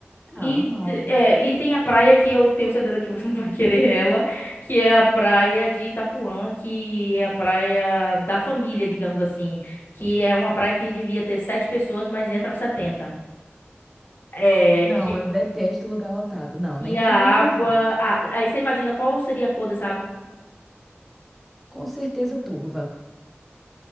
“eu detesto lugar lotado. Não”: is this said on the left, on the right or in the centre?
Centre